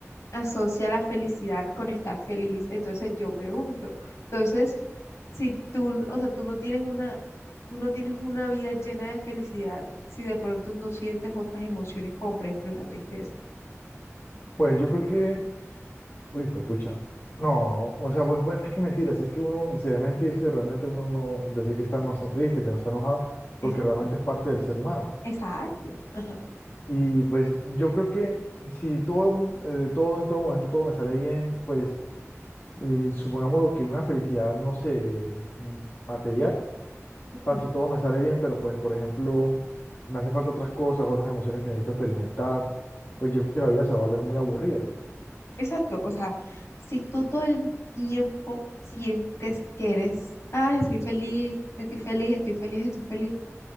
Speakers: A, on the left (about 70°); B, on the left (about 50°).
A: asocia la felicidad con estar feliz. Entonces yo pregunto, entonces, si tú, o sea, tú no tienes una, tú no tienes una vida llena de felicidad, si de pronto no sientes otras emociones como por ejemplo la tristeza.
B: pues yo creo que, uy, hijo de pucha, no, o sea, pues bueno, es que mentiras, es que uno sería mentirse, realmente uno no decir que está, no está triste, que no está enojado, porque
A: Exacto,
B: realmente es parte del ser humano.
A: exacto. Ajá.
B: Y pues yo creo que si todo, eh, todo en todo momento, todo me sale bien, pues eh, supongamos lo que una felicidad, no sé, mm, material,
A: Ujú,
B: para si todo me sale bien, pero pues por ejemplo, me hacen falta otras cosas, otras emociones que necesito experimentar, pues yo creo que la vida se va a volver muy aburrida.
A: Exacto, o sea, si tú todo el tiempo sientes que eres, ay, estoy feliz, estoy feliz, estoy feliz, estoy feliz,